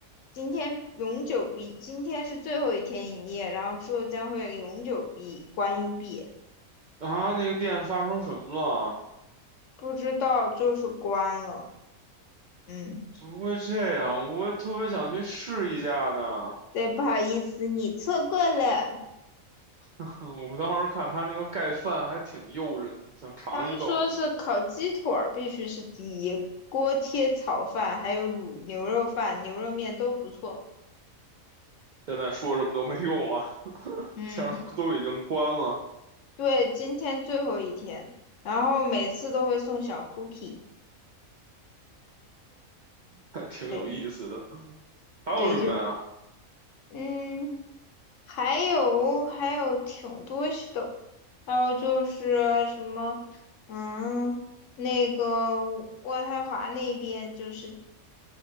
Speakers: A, on the left; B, on the right.
A: 今天永久闭，今天是最后一天营业，然后之后将会永久闭关闭，
B: 啊？那个店发生什么了？
A: 不知道就是关了。嗯，
B: 怎么会这样？我也特别想去试一下呢。
A: 对，不好意思，你错过了。
B: 嗯，我当时看他那个盖饭还挺诱人的，想尝一口。
A: 他们说是烤鸡腿儿必须是第一，锅贴炒饭还有卤牛肉饭、牛肉面都不错。
B: 现在说什么都没用了，
A: 嗯，
B: 既然都已经关了，
A: 对，今天最后一天，然后每次都会送小 cookie。
B: 还挺有意思的。
A: 对
B: 还有什么呀？
A: 对，就嗯。还有还有挺多是的，还有就是什么，嗯，那个渥太华那边就是，